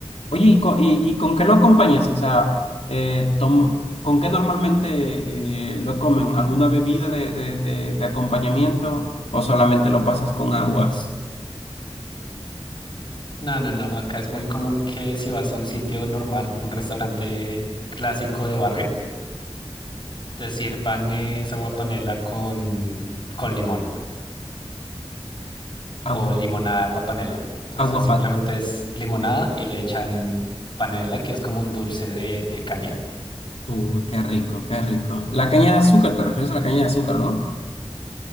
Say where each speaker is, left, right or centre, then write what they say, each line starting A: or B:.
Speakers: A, on the left; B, on the left.
A: Oye, ¿y con, y, y con qué lo acompañas? O sea, eh, tom- ¿con qué normalmente eh, lo comen? ¿Alguna bebida de, de, de- de acompañamiento o solamente lo pasas con agua?
B: S- No, no, no, acá es muy común que si vas a un sitio normal, un restaurante clásico de barrio, te sirvan esa agua panela con, con limón.
A: Agua,
B: o limonada agua panela. Entonces
A: agua
B: simplemente
A: pa-
B: es limonada y le echan panela, que es como un dulce de, de caña.
A: Uh, qué rico, qué rico. La caña de azúcar, ¿te refieres a la caña de azúcar, no?